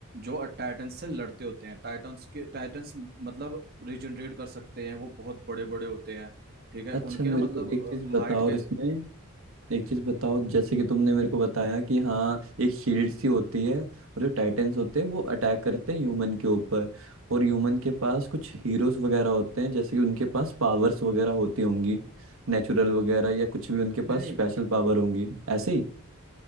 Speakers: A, on the right; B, on the right.
A: जो टाइटंस से लड़ते होते हैं टाइटंस के टाइटंस मतलब रिजनरेट कर सकते हैं वो बहुत बड़े बड़े होते हैं ठीक है
B: अच्छा
A: उनके
B: मेरे
A: ना मतलब
B: को एक चीज
A: हाइट
B: बताओ
A: के
B: इसमें एक चीज बताओ जैसे कि तुमने मेरे को बताया कि हाँ एक शील्ड सी होती है और जो टाइटेंस होते हैं वो अटैक करते हैं ह्यूमन के ऊपर और ह्यूमन के पास कुछ हीरोज वगैरह होते हैं जैसे कि उनके पास पावर्स वगैरह होती होंगी नेचुरल वगैरह या कुछ भी उनके पास
A: नहीं नहीं
B: स्पेशल पावर होंगी ऐसे ही